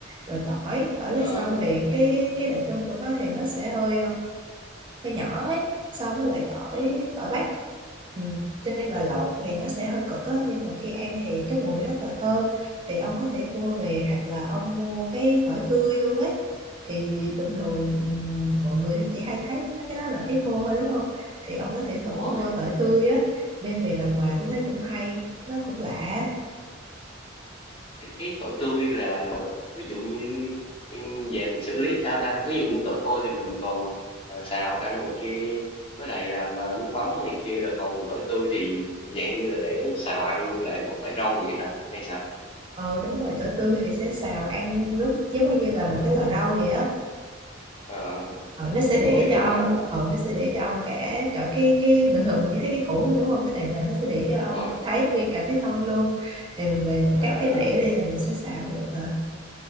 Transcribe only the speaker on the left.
ờ
ờ
đúng rồi
cái, cái tỏi tươi là ví dụ như em về mình xử lý sao ta ví dụ như tỏi khô thì mình còn ờ, xào ăn này kia với lại làm ờ, nước mắm này kia rồi còn tỏi tươi thì dạng như là để xào ăn như là một loại rau vậy hả hay sao
Ờ,
thú vị
quá
ha
đúng
rồi
à,